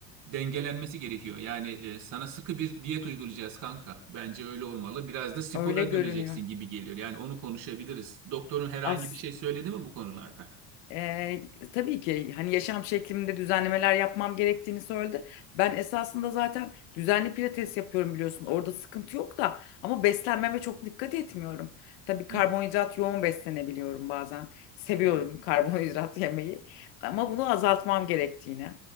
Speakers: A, on the right; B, on the left.
A: dengelenmesi gerekiyor. Yani e, sana sıkı bir diyet uygulayacağız kanka. Bence öyle olmalı. Biraz da spora
B: Öyle görünüyor.
A: döneceksin gibi geliyor. Yani onu konuşabiliriz. Doktorun herhangi
B: Az.
A: bir şey söyledi mi bu konularda?
B: Ee, tabii ki hani yaşam şeklimde düzenlemeler yapmam gerektiğini söyledi. Ben esasında zaten düzenli pilates yapıyorum biliyorsun. Orada sıkıntı yok da ama beslenmeme çok dikkat etmiyorum. Tabii karbonhidrat
A: Hı.
B: yoğun beslenebiliyorum bazen. Seviyorum
A: Evet.
B: karbonhidrat <laughs> yemeyi ama bunu azaltmam gerektiğini.